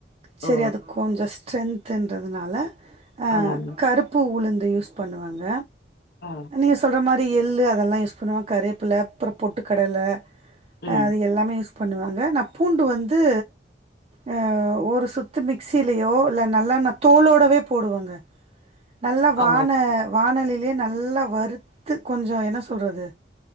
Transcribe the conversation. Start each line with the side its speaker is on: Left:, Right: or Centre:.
Right: செரி
Left: ஓ
Right: அது கொஞ்சோ ஸ்ட்ரென்த் இன்றதுனால ஆஹ்
Left: ஆமாங்க
Right: கருப்பு உளுந்து இத யூஸ் பண்ணுவாங்க
Left: ஆ
Right: நீங்க சொல்ற மாரி து எள்ளு அதெல்லா யூஸ் பண்ணுவோ கரேப்பில்ல அப்றோ பொட்டுக்கடல
Left: ம்
Right: ஆஹ் அது எல்லாமே யூஸ் பண்ணுவாங்க நா பூண்டு வந்து ஆஹ் ஒரு சுத்து மிக்சிலயோ இல்ல நல்லா நா தோலோடவே போடுவேங்க நல்ல வான
Left: ஓ
Right: வானலி அப்டியே நல்லா வறுத்து கொஞ்சோ என்ன சொல்றது